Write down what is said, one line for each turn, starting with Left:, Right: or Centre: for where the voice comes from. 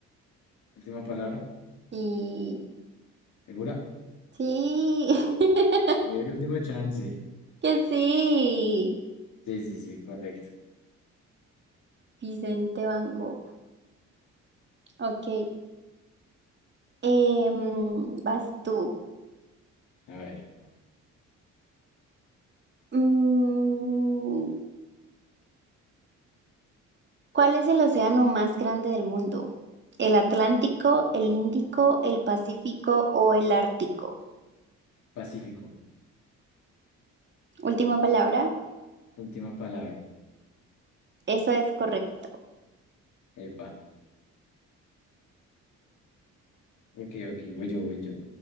Left: Última palabra,
Right: Y
Left: ¿segura?
Right: Sí, <laughs>
Left: El último chance.
Right: que sí,
Left: Sí, sí, sí, correcto.
Right: Vicente Van Gogh. Ok, em, vas tú.
Left: A ver,
Right: Mm, ¿cuál es el océano más grande del mundo? ¿El Atlántico, el Índico, el Pacífico o el Ártico?
Left: Pacífico,
Right: Última palabra,
Left: última palabra.
Right: eso es correcto.
Left: Epa. Ok, ok, voy yo, voy yo.